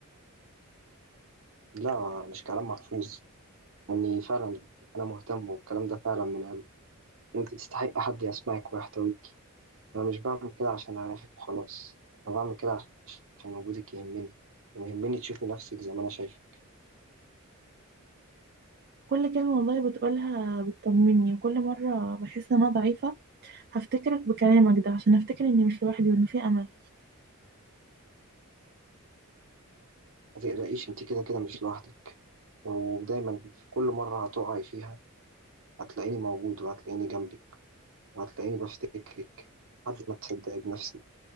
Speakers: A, on the right; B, on the right.
A: لا مش كلام محفوظ إني فعلا أنا مهتم والكلام ده فعلا من قلبي وأنت تستحقي حد يسمعك ويحتويك أنا مش بعمل كده عشان أريحك وخلاص أنا بعمل كده عشان وجودك يهمني ويهمني تشوفي نفسك زي ما أنا شايفة
B: كل كلمه والله بتقولها بتطمني وكل مره بحس ان انا ضعيفه هفتكرك بكلامك ده عشان افتكر اني مش لوحدي وانه في امل
A: ما تقلقيش أنت كده كده مش لوحدك ودايما في كل مرة هتقعي فيها هتلاقيني موجود وهتلاقيني جنبك هتلاقيني بفتكرك لحد ما تصدقي بنفسك